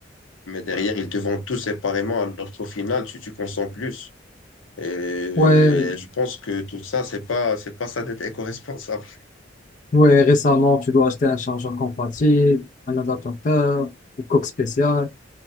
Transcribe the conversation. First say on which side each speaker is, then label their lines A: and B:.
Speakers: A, on the left (about 80°); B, on the left (about 40°).
A: Mais derrière, ils te vendent tout séparément, alors qu'au final, tu, tu consommes plus. Et, et
B: Ouais,
A: je pense que tout ça, c'est pas, c'est pas ça d'être éco-responsable.
B: ouais, récemment, tu dois acheter un chargeur compatible, un adaptateur, une coque spéciale.